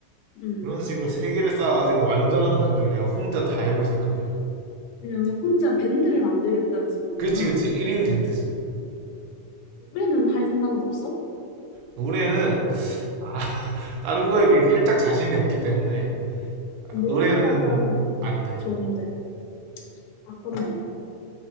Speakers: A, on the left; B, on the right.
A: 음.
B: 그런 식으로 세 개를 쌓아가지고 완전한 반주를 내가 혼자 다 해볼 생각이야.
A: 그냥 혼자 밴드를 만들겠다는 소리구나.
B: 그렇지 그렇지 1인 밴드지.
A: 노래는 할 생각은 없어?
B: 노래는 아, <laughs> 다른 거에 비해 살짝 자신이 없기 때문에
A: 아, 노래까지
B: 노래는
A: 하면
B: 안 돼.
A: 좋은데. 아깝네.